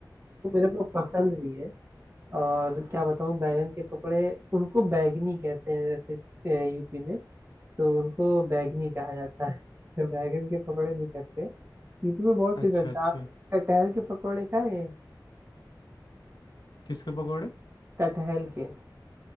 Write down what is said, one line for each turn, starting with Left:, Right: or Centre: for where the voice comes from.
Right: वो मेरे को पसंद भी है और क्या बताऊं बैगन के पकौड़े उनको बैगनी कहते हैं जैसे अ, यूपी में तो उनको बैगनी कहा जाता है <laughs> बैगन के पकौड़े नहीं कहते यूपी में बहुत
Left: अच्छा
Right: कुछ बनता
Left: अच्छा
Right: है आप कटहल के पकौड़े खाए हैं
Left: किसके पकौड़े
Right: कटहल के